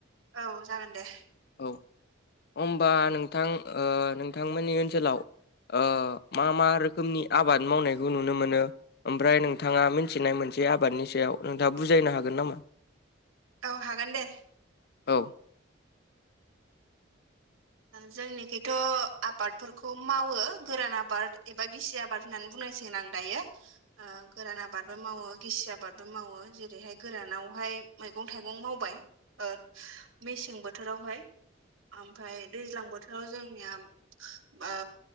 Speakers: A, on the right (about 80°); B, on the left (about 50°).
A: औ जागोन दे।
B: औ। अमबा नोंथां ओ नोंथांमोननि ओनसोलाव ओ मा मा रोखोमनि आबाद मावनायखौ नुनो मोनो। ओमफ्राय नोंथाङा मिथिनाय मोनसे आबादनि सायाव नोंथाङा बुजायनो हागोन नामा?
A: औ हागोन दे।
B: औ।
A: जोंनिखैथ' आबादफोरखौ मावो गोरान आबाद एबा गिसि आबा बार होननानै बुंनायसगोन आं दायो। गोरान आबादबो मावो गिसि आबादबो मावो जेरैहाय गोरानावहाय मैगं थाइगं मावबाय। ओ मेसें बोथोरावहाय। ओमफाय दैज्लां बोथोराव जोंनिया बो